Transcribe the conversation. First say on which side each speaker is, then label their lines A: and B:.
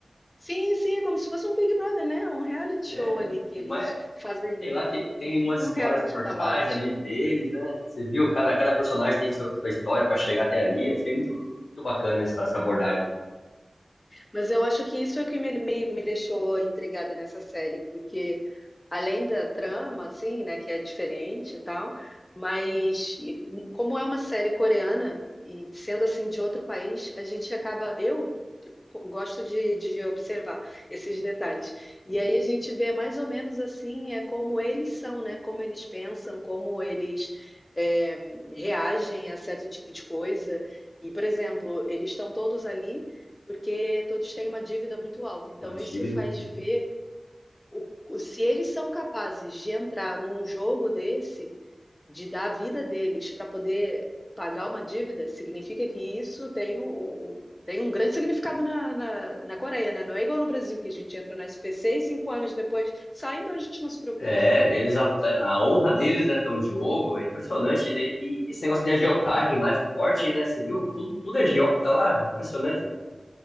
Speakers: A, on the left; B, on the left.
A: sim, sim, é como se fosse um Big Brother, né? Um reality show
B: É,
A: ali que
B: mas
A: eles fazem,
B: sei lá, te- tem
A: como se
B: umas
A: fosse um
B: histórias
A: reality
B: por
A: show da
B: trás
A: morte.
B: ali deles, né? Você viu, cada, cada personagem tem seu- sua história para chegar até ali. Achei
A: Uhum.
B: muito, muito bacana essa, essa abordagem.
A: Mas eu acho que isso é o que me, me, me deixou intrigada nessa série, porque além da trama, assim, né, que é diferente e tal, mas e, como é uma série coreana e sendo assim de outro país, a gente acaba, eu gosto de, de observar esses detalhes. E aí a gente vê mais ou menos assim, é como eles são, né? Como eles pensam, como eles é, reagem a certo tipo de coisa. E, por exemplo, eles estão todos ali porque todos têm uma dívida muito alta. Então,
B: Uma dívida.
A: isso faz ver o- se eles são capazes de entrar num jogo desse, de dar a vida deles para poder pagar uma dívida, significa que isso tem um, um- um, tem um grande significado na, na, na Coreia, né? Não é igual no Brasil, que a gente entra na SPC e cinco anos depois sai, então a gente não se preocupa.
B: É, eles a, a honra deles é tão em jogo, é impressionante. E, e esse negócio de agiotagem lá é forte, né? Você viu? Tudo, tudo é agiota lá, impressionante.